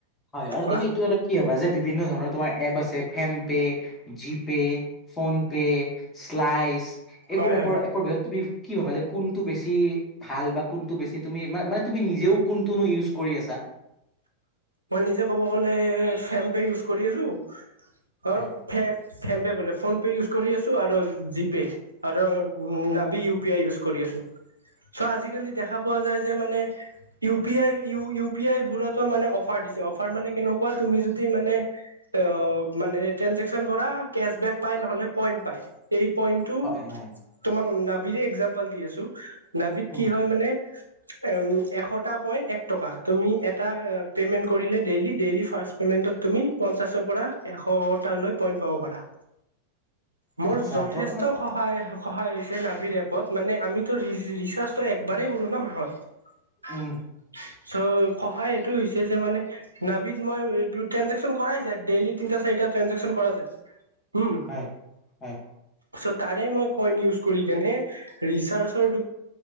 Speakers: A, on the left; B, on the right.
A: হয় আৰু
B: কোৱা
A: তুমি এইটো ক্ষেত্ৰত কি হবা যে বিভিন্ন ধৰণৰ তোমাৰ এপ আছে PhonePe GPay PhonePe slice এইবোৰ
B: হয় হয়
A: এপৰ এপৰ তুমি কি ভাবা যে কোনটো বেছি ভাল বা কোনটো বেছি তুমি মানে তুমি নিজেও কোন নতুনো ইউজ কৰি আছা?
B: মই নিজে ক'ব গ'লে চেম্পে ইউজ কৰিলোঁ অ
A: হয়
B: ফ ফেম্পে বোলে ফোন পে ইউজ কৰি আছোঁ আৰু জিপে আৰু নাবি ইউ পি আই ইজ কৰি আছোঁ। <unintelligible> চ' আজিকালি দেখা পোৱা যায় যে মানে ইউ পি আই ই ইউ পি আই বোৰতো মানে, অফাৰ দিছে অফাৰ মানে কেনেকুৱা, তুমি যদি মানে অ তেঞ্জেকশ্যন কৰা কেচ পেট নহ'লে পইন পাই পইন্ টো
A: হয় হয়
B: তোমাক নাবিড় একজাম্পল দি আছোঁ নাভিত
A: উম,
B: কি হয় মানে। উ এশটা পইন্ট এক টকা তুমি এটা পে'মেণ্ট কৰিলে ডেইলি ডেইলি ফাচ পে'মেণ্টত তুমি পঞ্চাছৰ পৰা। এশটা লৈ পইণ্ট পাব পাৰা মোৰ
A: আচ্ছা
B: যথেষ্ট
A: বৰ্তমান
B: সহায়। সহায় হৈছে নাভিৰ এপত মানে আমিতো ৰিচাৰ্জো একবাৰেই কৰোঁ ন মাহত
A: উম,
B: চ সহায় এইটো হৈছে। যে মানে নাভিত মই ট্ৰে্জেকশচন কৰাই যায় ডেইলি তিনিটা চাৰিটা ট্ৰে্জেকশচন কৰা যায়। উম
A: হয়, হয়,
B: চত তাৰে মই কইন ইউজ কৰি কেনে ৰিচাৰ্চৰ